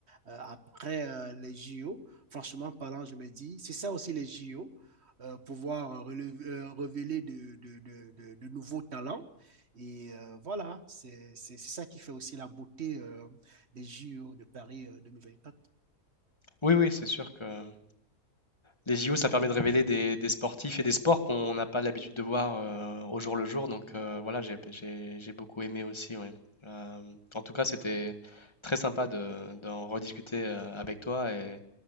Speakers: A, on the right (about 45°); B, on the left (about 15°).
A: euh, après euh, les JO, franchement parlant, je me dis, c'est ça aussi les JO. euh, pouvoir relever- euh, révéler de, de- de- de- de nouveaux talents. Et euh, voilà, c'est c'est- c'est ça qui fait aussi la beauté euh, des JO de Paris 2024.
B: oui, oui, c'est sûr que les JO, ça permet de révéler des, des sportifs et des sports qu'on n'a pas l'habitude de voir euh, au jour le jour. Donc euh, voilà, j'ai, j'ai- j'ai beaucoup aimé aussi. ouais. Euh, en tout cas, c'était très sympa de, d'en rediscuter euh, avec toi et